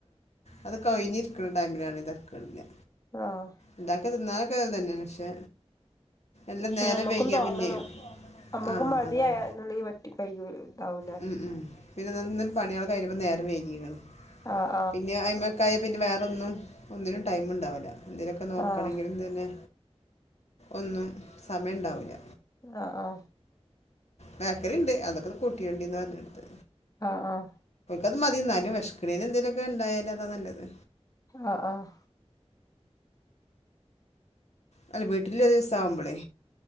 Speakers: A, on the left; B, on the left.
A: അതൊകെ ഒഴിഞ്ഞിരിക്ണ ടൈമിലാണ് <unintelligible>
B: ആഹ്
A: ഇണ്ടാക്കാതന്നാൽ ക്കേ തന്നെ പക്ഷെ എല്ലാം നേരം
B: നമ്മക്കും
A: വൈകിയാ
B: തോന്നണം.
A: പിന്നെയും
B: നമ്മക്കും
A: ആ
B: മടിയായാ
A: അതാണ്
B: ന്നുണ്ടെങ്കി പറ്റി കഴിയൂല. ആവൂലാറിയാ.
A: ഉം ഉം പിന്നെ നാ ഇന്നന്നെ പണിയാൾ കഴിഞപ്പ നേരം വൈകീക്ക്ണ്
B: ആഹ്
A: പിന്നെ അയിമക്കായാ പിന്നെ വേറൊന്നും ഒന്നിനും ടൈം ഉണ്ടാവുല്ല ഏന്തോലൊക്കെ
B: ആഹ്
A: നോക്കണെങ്കിലും തന്നെ ഒന്നും സമയണ്ടാവുല്ല
B: ആഹ് ആ
A: ബെക്കറിണ്ട്. അതൊക്കൊന്ന് കൊട് ക്കേണ്ടിന്ന് പറഞ്ഞൊടുത്ത്.
B: ആഹ് ആഹ്
A: അത് മതിന്നാലും വേശക്കണെന് എന്തേലൊക്കെ ണ്ടായാല് അതാ നല്ലത്
B: ആഹ് ആഹ്
A: അല്ല വീട്ടില് ഒരു ദിവസ ആവുമ്പളെ